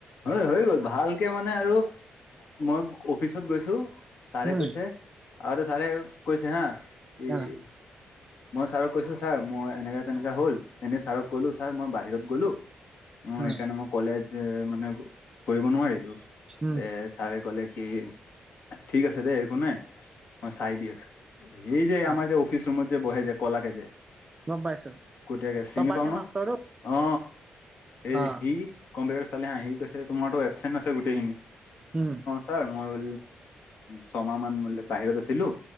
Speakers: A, on the left; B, on the right.
A: হয় হৈ গল ভালকে মানে আৰু মই অফিচত গৈছো ছাৰে
B: উম
A: কৈছে আৰুদ চাৰে কৈছে হা
B: হা
A: এই মই ছাৰক কৈছো ছাৰ মই এনেককা তেনেকা হল এনেই ছাৰক কলো ছাৰ মই বাহিৰত গ'লো অ
B: হা
A: সেইকাৰণে মই কলেজ মানে কৰিব নোৱাৰিলো
B: উম
A: তে ছাৰে কলে কি ঠিক আছে দেেই একো নাই মই চাই দি আছো এই যে
B: হা
A: আাৰ যে অফিচ ৰৰুমত যে বহে যে কলাাকে যে
B: গম পাইছো
A: কটীয়াকে চিনি
B: তপাকে
A: পাও ন
B: মাষ্টৰটো
A: অ অ এই
B: অ
A: সি কম্পউটাৰ চালে হা কৈছে তোমাৰো ৱবেন্ট আছে গোেইিনি নি
B: উম
A: ছাৰ মই বো ছমাহ মান ব-বাহিৰত আছিলোঁ